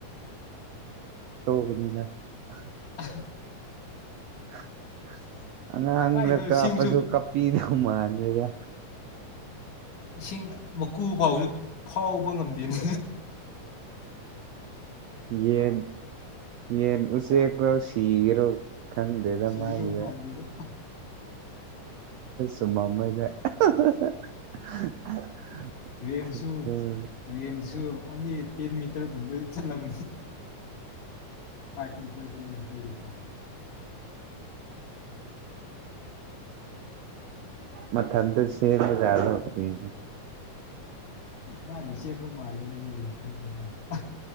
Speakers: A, on the right; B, on the left.
A: ꯄꯨꯅꯤꯅ <inaudible>
B: ꯍ
A: <inaudible> ꯑꯉꯥꯡꯗ
B: ꯃꯥꯏꯗꯣ
A: ꯀꯥꯞꯄꯁꯨ
B: ꯁꯤꯡꯁꯨ
A: ꯀꯥꯞꯄꯤꯗꯧ ꯃꯥꯟꯗꯗ
B: ꯏꯁꯤꯡ ꯃꯀꯨ ꯐꯥꯎ ꯍꯧꯖꯤꯛ ꯍꯥꯎꯕ ꯉꯝꯗꯦꯅꯤ
A: ꯌꯦ ꯌꯦ ꯎꯆꯦ ꯁꯤꯒ꯭ꯔꯧ ꯈꯟꯗꯦꯗ
B: ꯁꯤꯗꯧ
A: ꯃꯥꯒꯤ
B: ꯃꯥꯟꯗꯦꯕꯣ
A: ꯁꯨꯝꯃꯃꯗ <unintelligible>
B: ꯔꯦꯟꯁꯨ ꯔꯦꯟꯁꯨ
A: <inaudible>
B: ꯑꯣꯟꯂꯤ ꯇꯦꯟ ꯃꯤꯇꯔꯒꯨꯝꯕꯩ ꯆꯠꯂꯝ ꯐꯥꯏꯚ ꯃꯤꯇꯔ ꯇꯤꯟꯇꯔ ꯆ
A: ꯃꯟꯗꯁꯤꯗ ꯑꯣꯏ
B: ꯃꯥꯅ ꯁꯦꯝꯕ ꯃꯥꯜꯂꯦꯕ ꯃꯤꯅ ꯈꯟꯕ ꯀꯥꯟꯗ